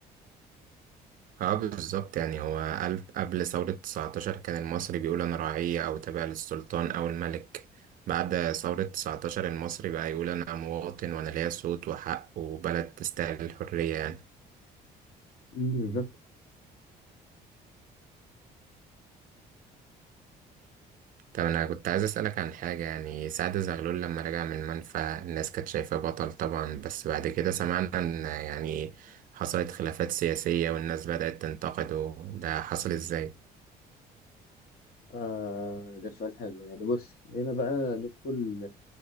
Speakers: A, on the right; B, on the left.
A: اه بالظبط يعني هو ألف قبل ثورة 19 كان المصري بيقول أنا رعية أو تابع للسلطان أو الملك بعد ثورة 19 المصري بقى يقول أنا مواطن وأنا ليا صوت وحق وبلد تستاهل الحرية يعني
B: مم، بالظبط
A: طب أنا كنت عايز أسألك عن حاجة يعني سعد زغلول لما رجع من المنفى الناس كانت شايفاه بطل طبعا بس بعد كده سمعنا إن يعني حصلت خلافات سياسية والناس بدأت تنتقده ده حصل إزاي؟
B: آه ده سؤال حلو يعني بص هنا بقى ندخل